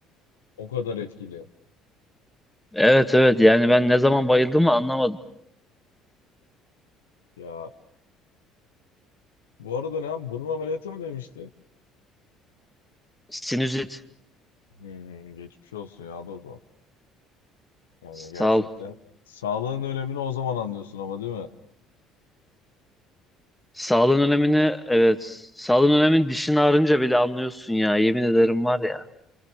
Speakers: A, on the left; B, in the centre.
A: O kadar etkili.
B: Evet evet yani ben ne zaman bayıldığımı anlamadım.
A: Ya bu arada ne? yap- Burun ameliyatı mı demiştin?
B: Sinüzit.
A: Hmm, geçmiş olsun ya. Dur Yani
B: Sağ
A: gerçekten
B: ol.
A: sağlığın önemini o zaman anlıyorsun ama değil mi?
B: Sağlığın önemini evet. Sağlığın önemini dişin ağrınca bile anlıyorsun ya. Yemin ederim var ya.